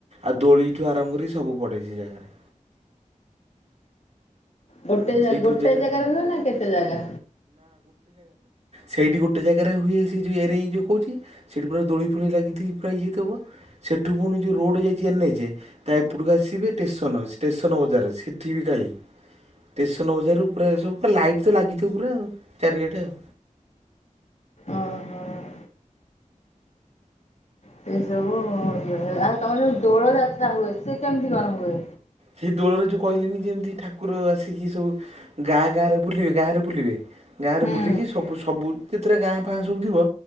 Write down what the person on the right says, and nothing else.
ଆଉ ଦୋଳି ଠୁ ଆରମ୍ଭ କରିକି ସବୁ ପଡେ। ଏହି ଜାଗାରେ
ସେଇ
ପୂଜାଟା
ସେଇଟି ଗୋଟେ ଜାଗାରେ ହୁଏ ସେ ଯୋଉ ଏରେଇ ଯୋଉ କହୁଛି ସେଇଠି ପୁରା ଦୋଳି ଫୋଳି ଲାଗିଥି ପୁରା ଇଏ ଥିବ ସେଠୁ ପୁଣି ଯୋଉ ରୋଡ଼୍ ଯାଇଚି ଏନ୍ଏଚେ ତା ଏପଟକୁ ଆସିବେ ଷ୍ଟେସନ ଅଛି। ଷ୍ଟେସନ ବଜାର ସେଠି ବି କାଳୀ। ଷ୍ଟେସନ ବଜାରରୁ ପୁରା ସବୁୁ ଲାଇଟ୍ ତ ଲାଗିଥିବ ପୁରା ଆଉ ଚାରିଆଡେ ଆଉ।
ସେଇ ଦୋଳରେ ଯୋଉ କହିଲିନି ଯେମିତି ଠାକୁର ଆସିକି ସବୁ ଗାଁ ଗାଁ ରେ ବୁଲିବେ। ଗାଁ ରେ ବୁଲିବେ। ଗାଁରେ
ବୁଲିକି ସବୁ ସବୁ ଯେତେଟା ଗାଁ ଫାଁ ସବୁ ଥିବ